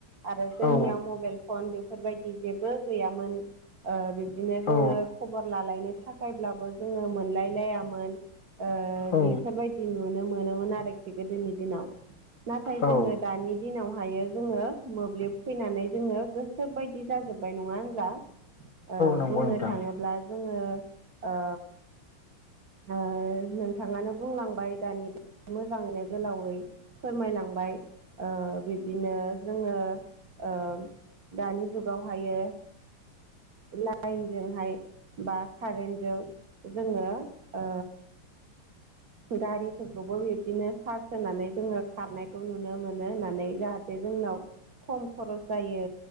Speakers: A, on the right (about 45°); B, on the left (about 55°).
A: आरो जोंनियाव
B: औ
A: मबाइल फन बेफोरबायदि जेबो गैयामोन ओ बिब्दिनो जोङो
B: औ
A: खबर लालायनो थाखाय फायब्लाबो जोङो मोनलायलायामोन ओ
B: औ
A: बेफोरबाय दि नुनो मोनोमोन आरोखि गोदोनि दिनाव नाथाय
B: औ
A: जोङो दानि दिनावहायो जोङो मोब्लिब फैनानै जोङो गोसो बायदि जाजोब्बाय नङा होनब्ला ओ
B: नंगौ
A: बुंनो
B: नोंथां
A: थाङोब्ला जोङो ओ ओ नोंथाङानो बुंलांबाय दानि मोजाङैनो गोलावै फोरमायलांबाय ओ बिब्दिनो जोङो ओ दानि जुगावहायो लाइनजोंहाय बा कारेन्ट जों जोङो ओ गारिफोरखौबो बिब्दिनो सार्स् होनानै जोङो खारनायखौ नुनो मोनो होननानै जाहा थे जोंनाव खम खरस जायो